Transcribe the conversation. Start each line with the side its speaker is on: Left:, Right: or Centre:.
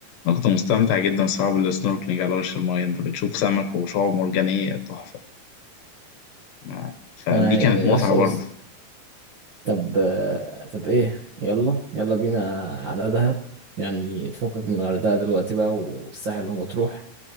Left: أنا كنت مستمتع جدا صعب السنوركلينج على وش الماية أنت بتشوف سمك وشعاب مرجانية تحفة ما- فدي
Right: ما
Left: كانت متعة
Right: يسطا
Left: برضه
Right: بس طب آه، طب إيه يلا يلا بينا على دهب يعني فكك من الغردقة دلوقتي بقى والساحل ومطروح